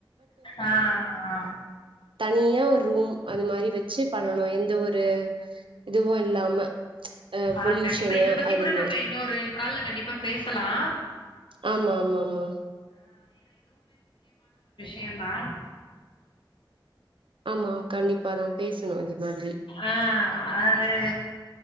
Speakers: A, on the left; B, on the right.
A: ஆ ஆ
B: தனியா ஒரு ரூம் அது மாரி வச்சு பண்ணனு எந்த ஒரு இதுவு இல்லாம அ
A: ஆ
B: பொல்யூஷனு
A: கண்டிப்பா இத பத்தி
B: அது
A: கூட
B: மாரி
A: நம்ம இன்னொரு கால்ல கண்டிப்பா பேசலா
B: ஆமா ஆமா ஆமா
A: யந்தா
B: ஆமா கண்டிப்பா தா பேசணு இது மாதிரி
A: ஆ அது